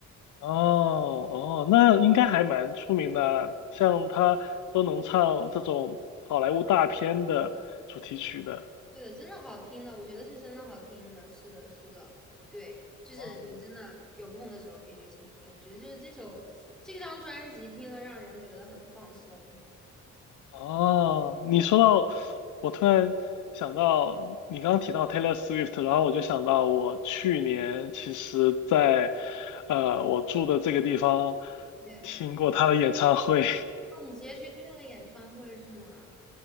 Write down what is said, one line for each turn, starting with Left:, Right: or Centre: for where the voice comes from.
Left: 哦哦，那应该还蛮出名的，像他都能唱这种好莱坞大片的主题曲的。
Centre: 对的，真的好听的，我觉得是真的好听的，是的，是的，对，就是你真的有空的时候可以去听一听，
Left: 哦
Centre: 我觉得就是这首这张专辑听了让人觉得很放松，
Left: 哦，你说到，我突然想到你刚刚提到 Taylor Swift，然后我就想到我去年其实在呃我住的这个地方
Centre: 对，
Left: 听过他的演唱会
Centre: 哦，你直接去看了演唱会是吗？